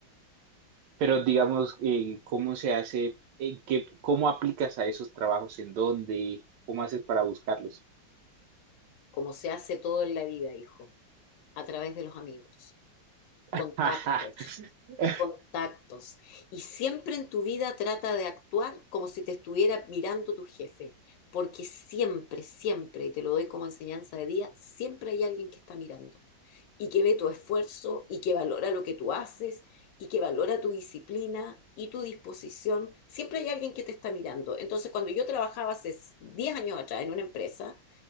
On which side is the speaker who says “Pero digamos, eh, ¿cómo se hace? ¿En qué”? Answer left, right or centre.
Right